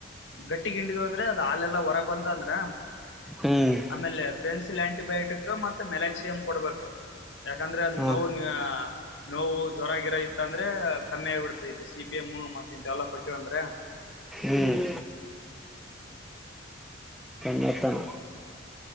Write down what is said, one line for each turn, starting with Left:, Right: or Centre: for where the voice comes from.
Left: ಗಟ್ಟಿ ಹಿಂಡಿದ್ ಅಂದ್ರೆ ಅದ್ ಹಾಲೆಲ್ಲಾ ಹೊರ ಬಂತ ಅಂದ್ರ.
Centre: ಹ್ಮ್
Left: ಆಮೇಲೆ ಪೆನ್ಸಿಲ್ ಆಂಟಿಬಯೋಟಿಕ್ ಮತ್ತೆ ಮೆಲಕ್ಸಿಯಂ್ ಕೊಡ್ಬೇಕು. ಯಾಕಂದ್ರೆ ಅದ
Centre: ಹಾ
Left: ನೋವು ನೋವು ಜ್ವರಾಗಿಿರ ಇತ್ತ ಅಂದ್ರೆ ಕಮ್ಮಿ ಆಗಿಬಿಡ್ತ ಬಿಸಿ. ಎಂ ಮೂಂಗ ಮತ್ತ ಇಂತಲಪಟ್ಟಿ ಅಂದ್ರೆ.
Centre: ಹ್ಮ್. ಕತನ.